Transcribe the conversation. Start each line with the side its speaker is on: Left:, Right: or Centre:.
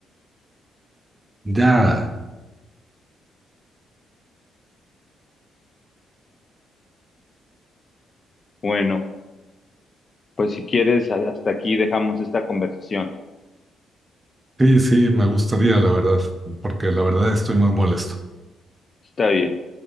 Right: ya.
Left: Bueno, pues si quieres, hasta aquí dejamos esta conversación.
Right: Sí, sí, me gustaría, la verdad, porque la verdad estoy muy molesto.
Left: Está bien.